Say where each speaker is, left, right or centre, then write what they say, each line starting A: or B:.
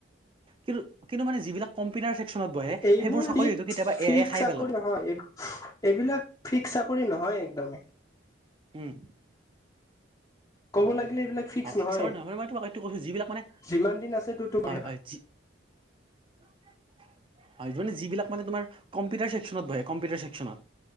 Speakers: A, on the right; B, on the left.
A: কিন্তু কিন্তু মানে যিবিলাক কম্পিউটাৰ ছেকচনত বহে
B: এইবোৰ
A: সেইবোৰ চাকৰি
B: পিক
A: হয়তো কেতিয়াবা
B: ফিক
A: এ আইয়ে খাই
B: চাকৰি
A: পেলাব
B: নহয় এইবিলাক ফিক্স চাকৰি নহয় একদমেই
A: উম।
B: ক'ব লাগে। এইবিলাক ফিক্স
A: অ
B: নহয়
A: ফিক্সাৰ মানে মই তোমাক এইটো কৈছো যিবিলাক মানে
B: যিমান দিন আছে তত কৰিবা।
A: হয় হয় যি <inaudible> হয় মানে যিবিলাক মানে তোমাৰ কম্পিটাৰ চেকশ্যনত বহে কম্পিউটাৰ চেক্নত